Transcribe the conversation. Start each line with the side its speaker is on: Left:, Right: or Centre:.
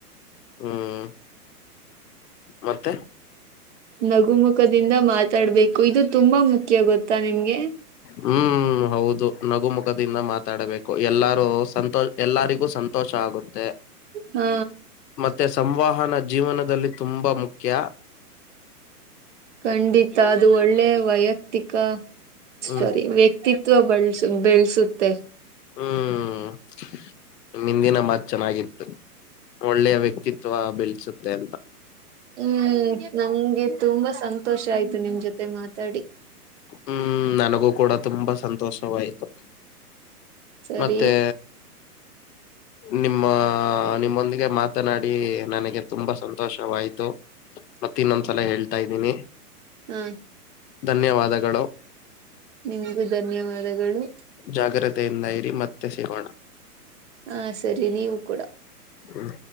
Left: ಹ್ಮ್ ಮತ್ತೆ
Right: ನಗುಮುಖದಿಂದ ಮಾತಾಡ್ಬೇಕು ಇದು ತುಂಬಾ ಮುಖ್ಯ ಗೊತ್ತಾ ನಿಮ್ಗೆ
Left: ಹ್ಮ್ ಹೌದು ನಗು ಮುಖದಿಂದ ಮಾತಾಡಬೇಕು ಎಲ್ಲಾರೂ ಸಂತೋಷ ಎಲ್ಲಾರಿಗೂ ಸಂತೋಷ ಆಗುತ್ತೆ
Right: ಹಾ
Left: ಮತ್ತೆ ಸಂವಹನ ಜೀವನದಲ್ಲಿ ತುಂಬಾ ಮುಖ್ಯ
Right: ಖಂಡಿತ ಅದು ಒಳ್ಳೆ ವೈಯಕ್ತಿಕ ಸಾರಿ
Left: ಹ್ಮ್
Right: ವ್ಯ ವ್ಯಕ್ತಿತ್ವ ಬಳಸುತ್ತದೆ
Left: ಹ್ಮ್ ಹಿಂದಿನ ಮಾತ್ ಚೆನ್ನಾಗಿತ್ತು ಒಳ್ಳೆಯ ವ್ಯಕ್ತಿತ್ವ ಬೆಳೆಸುತ್ತೆ ಅಂತ
Right: ಹ್ಮ್ ನಮ್ಗೆ ತುಂಬಾ ಸಂತೋಷ ಆಯ್ತು ನಿಮ್ ಜೊತೆ ಮಾತಾಡಿ
Left: ಹ್ಮ್ ನನಗೂ ಕೂಡ ತುಂಬಾ ಸಂತೋಷವಾಯ್ತು
Right: ಸರಿ
Left: ಮತ್ತೆ ನಿಮ್ಮ ನಿಮ್ಮೊಂದಿಗೆ ಮಾತನಾಡಿ ನನಗೆ ತುಂಬಾ ಸಂತೋಷವಾಯ್ತು
Right: <unintelligible>
Left: ಮತ್ತೆ ಇನ್ನೊಂದ್ಸಲ ಹೇಳ್ತಾ ಇದ್ದೀನಿ
Right: ಹ್ಮ
Left: ಧನ್ಯವಾದಗಳು
Right: ನಿಮಗೂ ಧನ್ಯವಾದಗಳು
Left: ಜಾಗ್ರತೆಯಿಂದ ಇರಿ ಮತ್ತೆ ಸಿಗೋಣ
Right: ಹಾ ಸರಿ ನೀವು ಕೂಡ
Left: ಹ್ಮ